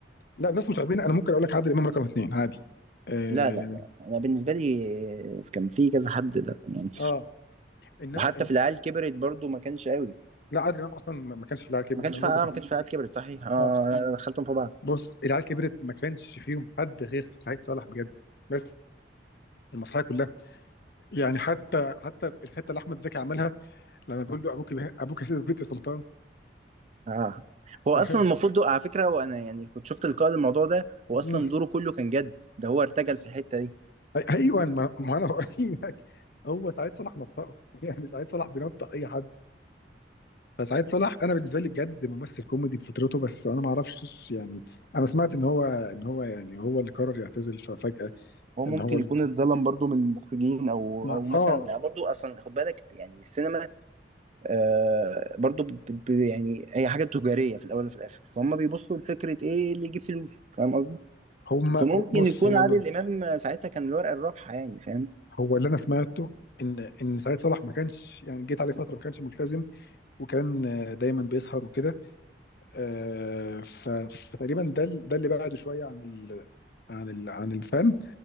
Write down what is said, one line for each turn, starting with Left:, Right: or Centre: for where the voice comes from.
Left: لا مدرسه مشاغبين انا ممكن اقول لك عادل امام رقم اثنين عادي اه
Right: لا لا لا انا بالنسبة لي كان في كذا حد لا يعني
Left: اه انما
Right: وحتى
Left: إن-
Right: في العيال كبرت برضو ما كانش قوي
Left: لا عادل امام اصلا ما ما كانش في العيال كبرت
Right: ما كانش
Left: انا
Right: فيها
Left: برضو كنت
Right: آه ما كانش فيها عيال كبرت صحيح اه
Left: اه
Right: لا، لا، دخلتهم في بعض
Left: بص العيال كبرت ما كانش فيهم حد غير سعيد صالح بجد بس المسرحيه كلها يعني حتى حتى الحته اللي احمد زكي عملها لما بيقول له ابوك ابوك هيسيب البيت يا سلطان
Right: اه هو
Left: <laughs>
Right: اصلا المفروض دو... على فكره وانا يعني كنت شفت لقاء الموضوع ده هو اصلا
Left: مم.
Right: دوره كله كان جد ده هو ارتجل في الحته دي
Left: ايوه ما ما انا بقول لك هو سعيد صالح نطقه <laughs> يعني سعيد صالح بينطق اي حد فسعيد صالح انا بالنسبه لي بجد ممثل كوميدي بفطرته بس انا ما اعرفش يعني انا سمعت ان هو ان هو يعني هو اللي قرر يعتزل ففجاه
Right: هو
Left: ان
Right: ممكن
Left: هو ال...
Right: يكون اتظلم برضو من المخرجين او
Left: ما...
Right: او مثلا
Left: اه
Right: برضو اصلا خد بالك يعني السينما آه برضو ب... ب... يعني هي حاجه تجاريه في الاول وفي الاخر فهم بيبصوا لفكره ايه اللي يجيب فلوس فاهم قصدي
Left: هم
Right: فممكن
Left: بص
Right: يكون
Left: هو
Right: عادل
Left: اللي
Right: امام ساعتها كان الورقه الرابحه يعني فاهم
Left: هو اللي انا سمعته ان ان سعيد صالح ما كانش يعني جيت عليه فتره ما كانش ملتزم وكان آه، دايما بيسهر وكده آه، ف- فتقريبا ده ال- ده اللي بعده شويه عن ال عن ال عن الفن